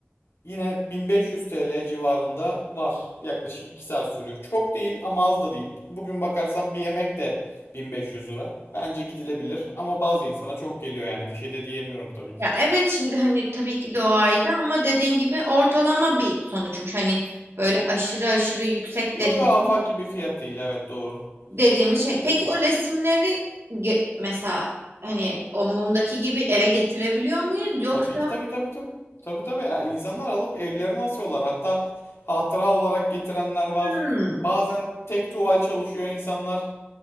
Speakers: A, on the left; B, on the right.
A: Yine 1500 TL civarında var. Yaklaşık 2 saat sürüyor. Çok değil ama az da değil. Bugün bakarsan bir yemek de 1500 lira. Bence gidilebilir ama bazı insana çok geliyor yani bir şey de diyemiyorum tabii ki.
B: Ya evet şimdi hani tabii ki de o ayrı ama dediğin gibi ortalama bir sonuçmuş. Hani böyle aşırı aşırı yüksek
A: Yo
B: de
A: yo
B: değil.
A: afaki bir fiyat değil evet doğru.
B: dediğimiz şey. Peki
A: Evet.
B: o resimleri ge- mesela hani o mumdaki gibi eve getirebiliyor muyuz? Yoksa
A: Tabii ki tabii tabii tabii. Tabii tabii Ya, insanlar alıp evlerine asıyorlar. Hatta hatıra olarak getirenler var.
B: hmm,
A: Bazen tek tuval çalışıyor insanlar.